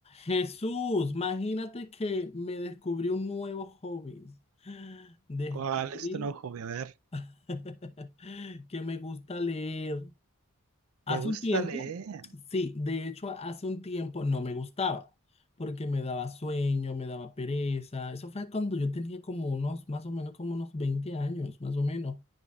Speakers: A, on the left; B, on the right.
A: Jesús, imagínate que me descubrí un nuevo hobby. Descubrí
B: ¿Cuál es tu nuevo hobby? A ver,
A: <laughs> que me gusta leer. Hace
B: ¿te gusta
A: un tiempo,
B: leer?
A: sí, de hecho hace un tiempo no me gustaba, porque me daba sueño, me daba pereza. Eso fue cuando yo tenía como unos, más o menos como unos 20 años, más o menos.